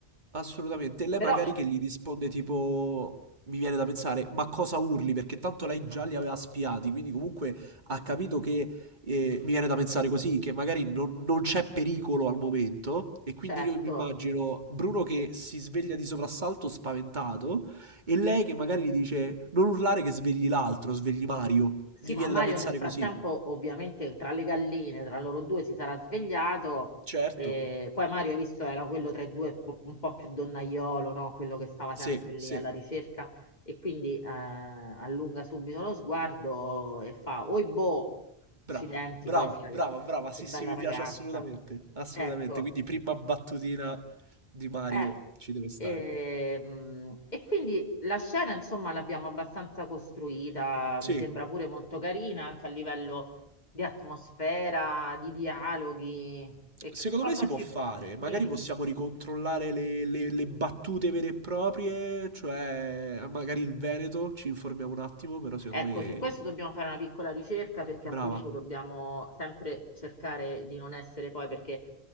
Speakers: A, on the right; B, on the left.
A: assolutamente. Lei
B: però
A: magari che gli risponde tipo, mi viene da pensare, ma cosa urli? Perché tanto lei già li aveva spiati, quindi comunque ha capito che, eh, mi viene da pensare così, che magari non, non c'è pericolo al momento, e quindi
B: certo,
A: io mi immagino Bruno che si sveglia di soprassalto spaventato, e lei che magari gli dice, non urlare che svegli l'altro, svegli Mario.
B: Sì,
A: Mi
B: ma
A: viene
B: Mario
A: da pensare
B: nel frattempo,
A: così.
B: ovviamente, tra le galline, tra loro due si sarà svegliato.
A: Certo,
B: E poi Mario, hai visto, era quello tra i due po- un po' più donnaiolo, no? Quello che stava
A: sì,
B: sempre lì
A: sì,
B: alla ricerca. E quindi eh, allunga subito lo sguardo e fa: Oi boh,
A: brava,
B: accidenti
A: brava,
B: questa,
A: brava,
B: che,
A: brava, sì,
B: che bella
A: sì, mi
B: ragazza.
A: piace assolutamente, assolutamente,
B: Ecco.
A: quindi prima battutina di Mario
B: Eh,
A: ci deve stare.
B: ehm, e, quindi la scena, insomma, l'abbiamo abbastanza costruita,
A: Sì,
B: mi sembra pure molto carina anche a livello di atmosfera, di dialoghi. E
A: secondo
B: che cosa
A: me si
B: ci...
A: può fare,
B: Dimmi.
A: magari possiamo ricontrollare le, le- le battute vere e proprie, cioè magari il Veneto, ci informiamo un attimo, però secondo
B: Ecco,
A: me
B: su questo dobbiamo fare una piccola ricerca perché
A: brava,
B: appunto dobbiamo sempre cercare di non essere poi, perché